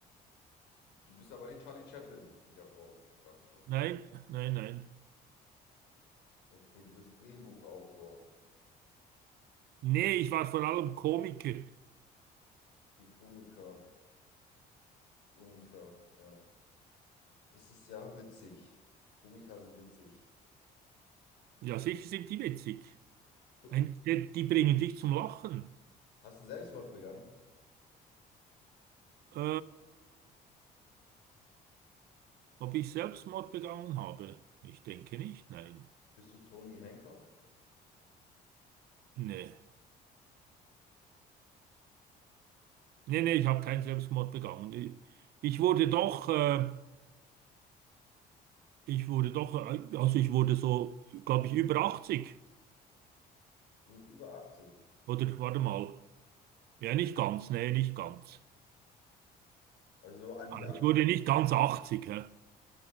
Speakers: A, on the left (about 85°); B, on the right (about 65°).
A: Du bist aber nicht Charlie Chaplin, wie davor gefragt schon.
B: Nein, nein, nein.
A: Okay, du bist Drehbuchautor.
B: Nee, ich war vor allem Komiker.
A: Okay, Komiker. Komiker, ja. Das ist ja witzig. Komiker sind witzig.
B: Ja, sicher sind die witzig.
A: Tu-
B: Ein, die, die bringen dich zum Lachen.
A: Hast du Selbstmord begangen?
B: Äh, ob ich Selbstmord begangen habe? Ich denke nicht, nein.
A: Bist du Tony Hancock?
B: Nee, nee, nee, ich habe keinen Selbstmord begangen. Ich, ich wurde doch, äh, ich wurde doch, äh, also ich wurde so, glaube ich, über 80.
A: Du bist über 80.
B: Oder warte mal. Ja, nicht ganz, nee, nicht ganz.
A: Also so an
B: Also
A: die 80,
B: Ich wurde nicht ganz achtzig hä?